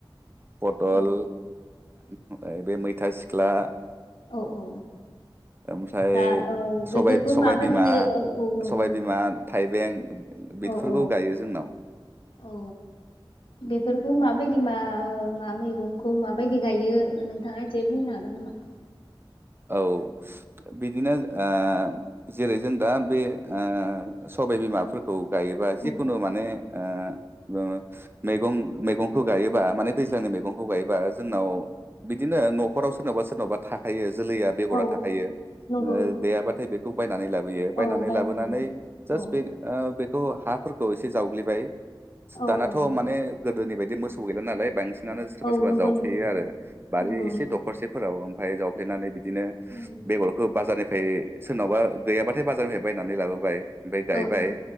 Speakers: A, on the right; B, on the left.
A: पटल
B: औ
A: ओम बे मैथा सिख्ला
B: औ औ
A: ओमफ्राय
B: दा औ
A: सबाय
B: बेफोरखौ
A: सबाय
B: माबायदि
A: बिमा
B: औ औ नंगौ
A: सबायबिमा
B: नंगौ
A: थाइबें बिदिफोरखौ
B: औ औ
A: गायो जोंनाव
B: औ बेफोरखौ माबायदि मा मा मैगंखौ माबायदि गायो नोंथाङा एसे बुंनो हागोन नामा
A: औ बिदिनो ओ जेरै जों दा बे ओ सबाय बिमाफोरखौ गायोबा जिखुनु
B: औ
A: माने ओ ओ मैगं मैगंखौ गायोबा माने दैज्लांनि मैगंखौ गायोबा जोंनाव बिदिनो न'खराव सोरनावबा सोरनावबा थाखायो। जोलैया बेगरा
B: औ
A: थाखायो
B: औ
A: ओ
B: नंगौ नंगौ
A: गैयाबाथाय बेखौ बायनानै लाबोयो बायनानै
B: औ
A: लाबोनानै
B: लाबोयो
A: जास
B: औ
A: बे ओ बे हौ हाफोरखौ एसे जावग्लिबाय।
B: औ
A: दानाथ'
B: औ नंगौ
A: माने गोदोनि बायदि दि मोसौ गैला नालाय बांस नानो सोरबा
B: औ
A: सोरबा
B: नंगौ
A: जावफ्लेयो
B: नंगौ
A: आरो बारि
B: नंगौ
A: एसे
B: नंगौ
A: दखरसेफोराव ओं फाय जाव फ्लेनानै बिदिनो
B: नंगौ
A: बेगरखौ बाजारनिफ्राय सोरनावबा गैयाबाथाय बाजारनिफाय बायनानै लाबोबाय। ओमफाय गायबाय
B: औ औ